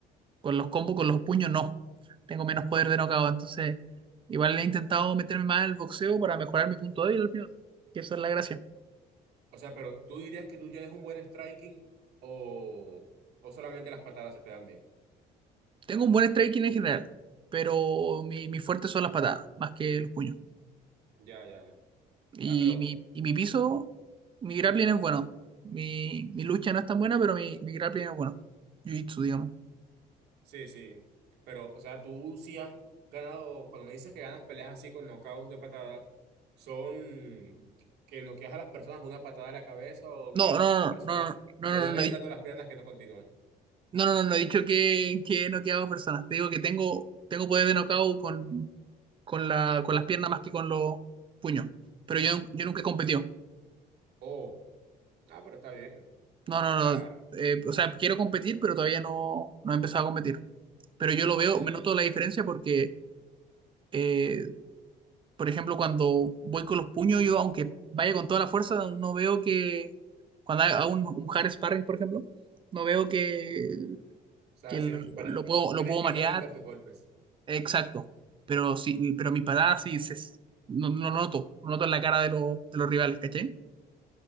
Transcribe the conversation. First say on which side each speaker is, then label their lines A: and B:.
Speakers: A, on the right; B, on the right.
A: Con los combos, con los puños, no. Tengo menos poder de knockout. Entonces, igual he intentado meterme más al boxeo para mejorar mi punto débil al final. Que esa es la gracia.
B: O sea, pero ¿tú dirías que tú ya eres un buen striking o, o solamente las patadas se te dan bien?
A: Tengo un buen striking en general, pero mi, mi fuerte son las patadas, más que los puños.
B: Ya, ya. O
A: Y
B: sea, pero,
A: mi, y mi piso, mi grappling es bueno. Mi, mi lucha no es tan buena, pero mi, mi grappling es bueno. Jiu-jitsu, digamos.
B: sí, sí. Pero, o sea, tú sí has ganado, cuando me dices que ganas peleas así con knockouts de patadas, ¿son que noqueas a las personas de una patada a la cabeza o
A: No,
B: que la
A: no,
B: persona
A: no, no, no,
B: le
A: no,
B: duelen
A: no, no,
B: tanto
A: no,
B: las piernas que no continúan?
A: No, no, no, no he dicho que, que he noqueado personas. Te digo que tengo, tengo poder de knockout con, con la, con las piernas más que con los puños. Pero yo, yo nunca he competido.
B: Oh, ah, pero está bien. O
A: No, no,
B: sea,
A: no. eh, o sea, quiero competir, pero todavía no, no he empezado a competir. Pero yo lo
B: ya,
A: veo,
B: ya.
A: me noto
B: O
A: la diferencia porque, eh, por ejemplo, cuando voy con los puños, yo aunque vaya con toda la fuerza, no veo que, cuando hago un, un hard sparring, por ejemplo, no veo que,
B: sea,
A: que
B: sí
A: lo,
B: te pare-
A: lo puedo,
B: crees
A: lo puedo
B: que
A: marear
B: no sienten tus golpes.
A: Exacto. Pero sí, pero mi patada sí se, no, no lo noto, no noto en la cara de, los de los rivales, ¿caché?